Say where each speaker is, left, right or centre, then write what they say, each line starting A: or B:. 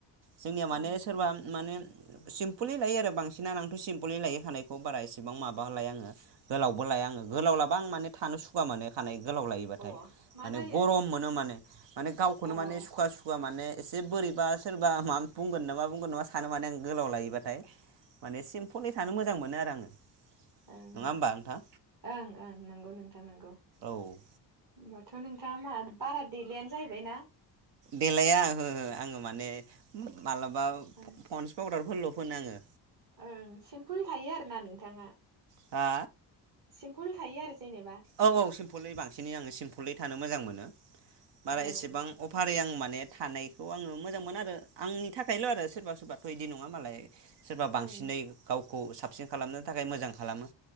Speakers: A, on the right (about 80°); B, on the right (about 55°).
A: जोंनिया माने
B: ओं
A: सोरबा माने सिम्पोलै लायो आरो बांसिना आंथ सिमपोलै लायो खानायखौ बारा इसेबां माबालाया आङो गोलावबो लाया आङो गोलाव लाबा आं माने थानो सुकुवा माने खानाय गोलाव लायोबाथाय
B: अ मा
A: माने
B: जायो
A: गरम मोनो माने माने गावखौनो
B: अ ओं
A: माने सुखुवा सुखुवा माने एसे बोरैबा सोरबा मा बुंगोन नामा बुंगोन नामा सा नो माने आं गोलाव लायोबाथाय माने सिम्पुलैथानो मोजां मोनो आरो आङो
B: ओं
A: नङा
B: ओं
A: होमबा नोंथां
B: ओं ओं नंगौ नोंथां नंगौ होमबाथ'
A: औ
B: नोंथाङा मा बारा देलायानो जाहैबाय ना
A: देलाया ओहो ओहो ओ आङो माने माबलाबा
B: ओं
A: पन्स पाउदारफोरल' फोनाङो
B: ओं सिमपोल थायो आरो ना नोंथाङा
A: हा
B: सिमपोल थायो आरो जेनेबा
A: औ औ सिम्पोलै बांसिनै आङो सिम्पोलै थानो मोजां मोनो बारा
B: ओं
A: एसेबां अफारै आं म माने थानायखौ आङो मोजां मोन आरो आंनि थाखायल' आरो सोरबा सोरबाथ' इदि नङा मालाय सोरबा बांसिनै
B: ओं
A: गाव खौ साबसिन खालामनो थाखाय मोजां खालामो